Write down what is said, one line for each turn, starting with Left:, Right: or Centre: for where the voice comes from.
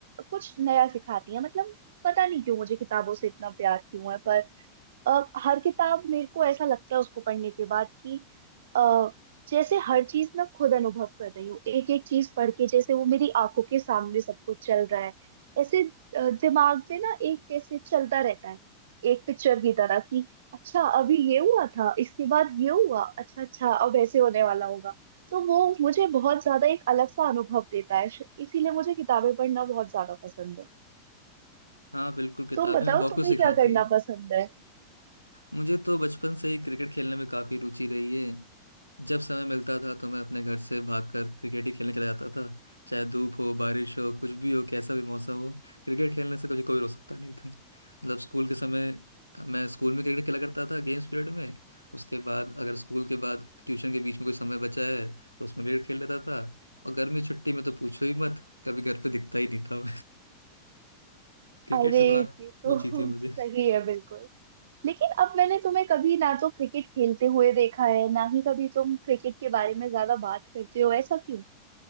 Right: कुछ नया सिखाती हैं मतलब पता नहीं क्यों मुझे किताबों से इतना प्यार क्यों है पर अ, हर किताब मेरे को ऐसा लगता है उसको पढ़ने के बाद कि अ, जैसे हर चीज मैं खुद अनुभव कर रही हूँ एक एक चीज पढ़ के जैसे वो मेरी आंखों के सामने सब कुछ चल रहा है ऐसे अ, दिमाग में ना एक कैसे चलता रहता है एक पिक्चर की तरह कि अच्छा अभी ये हुआ था इसके बाद ये हुआ अच्छा अच्छा अब ऐसे होने वाला होगा तो वो मुझे बहुत ज्यादा एक अलग सा अनुभव देता है इसीलिए मुझे किताबें पढ़ना बहुत ज्यादा पसंद है
Left: हाँ बिल्कुल किताबें
Right: तुम बताओ
Left: हमें बहुत
Right: तुम्हें
Left: कुछ सिखाती
Right: क्या करना
Left: हैं
Right: पसंद है
Left: मुझे तो बचपन से ही क्रिकेट खेलने में काफी रुचि रही है जब समय मिलता था तो मैं अपने घर से भागकर क्रिकेट ही खेलने चला जाता था चाहे धूप हो बारिश हो कुछ भी हो कैसा भी मौसम हो क्रिकेट खेलने से कभी कोई रोक सकता नहीं था मतलब स्कूल के समय मैं स्कूल में क्रिकेट खेला करता था गेम्स पीरियड में उसके बाद अगर स्कूल के बाद ट्यूशन के बीच में कोई समय बचा है तो उसमें क्रिकेट खेल लेता था और गर्मी छुट्टी में तो पूछो ही मत कभी घर पे दिखता ही नहीं था क्रिकेट
Right: अरे
Left: से बड़ा
Right: ये तो
Left: रुचि
Right: <laughs>
Left: थी मुझे
Right: सही है बिल्कुल लेकिन अब मैंने तुम्हें कभी ना तो क्रिकेट खेलते हुए देखा है ना ही कभी तुम क्रिकेट के बारे में ज्यादा बात करते हो ऐसा क्यों